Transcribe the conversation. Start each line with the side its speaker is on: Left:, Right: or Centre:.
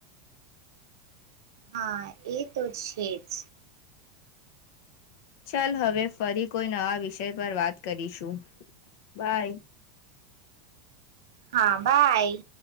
Right: હા એ તો છે જ
Left: ચાલ હવે ફરી કોઈ નવા વિષય પર વાત કરીશું બાય.
Right: હા બાય.